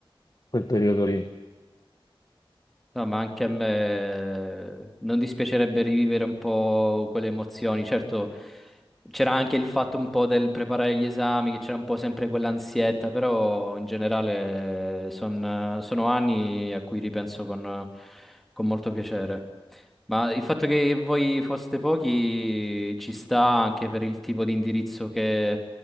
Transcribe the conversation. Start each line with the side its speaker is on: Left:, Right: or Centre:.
Left: quel periodo lì.
Centre: No, ma anche a me non dispiacerebbe rivivere un po' quelle emozioni. Certo, C'era anche il fatto un po' del preparare gli esami, che c'era un po' sempre quell'ansietta, però in generale son- sono anni a cui ripenso con, con molto piacere. Ma il fatto che voi foste pochi ci sta anche per il tipo di indirizzo che